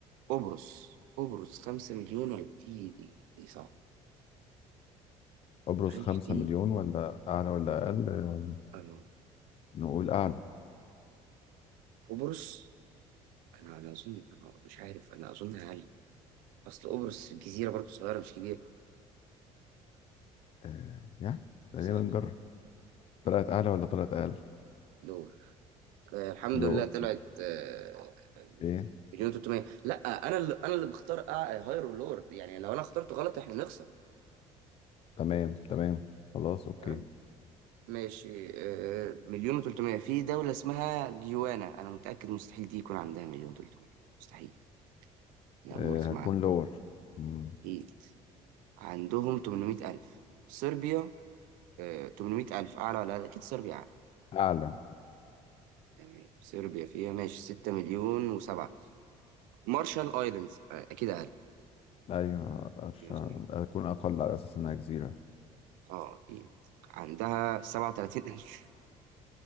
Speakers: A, on the right (about 85°); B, on the left (about 45°).
A: قبرص قبرص 5 مليون ولا دي دي دي صعب
B: ابرز
A: عايش
B: خمسة
A: دي
B: مليون ولا اعلى ولا اقل آه،
A: انا
B: نقول اعلى
A: قبرص انا انا اظن انا مش عارف انا اظن اقل اصل قبرص جزيرة برضه صغيرة مش كبيرة
B: آه يعني تقريبا
A: صح
B: نجرب طلعت اعلى ولا طلعت اقل
A: لور آه، الحمد
B: لور
A: لله طلعت آه،
B: ايه
A: مليون 300 لا انا اللي انا اللي بختار هاير ولور يعني لو انا اخترت غلط احنا نخسر
B: تمام تمام خلاص اوكي
A: تمام ماشي آه، مليون و300 في دولة اسمها جيوانا انا متأكد مستحيل دي يكون عندها مليون 300 مستحيل انا اول
B: آه
A: مرة اسمع
B: هكون
A: عنها
B: لور مم.
A: اكيد عندهم 800000 صربيا آه، 800000 اعلى ولا لا اكيد صربيا اعلى
B: اعلى
A: تمام صربيا فيها ماشي 6 مليون و7 مارشال ايلاندز آه، اكيد
B: ايوه أرش-
A: اقل
B: هكون اقل على اساس انها جزيرة
A: اه اكيد عندها 37 ألف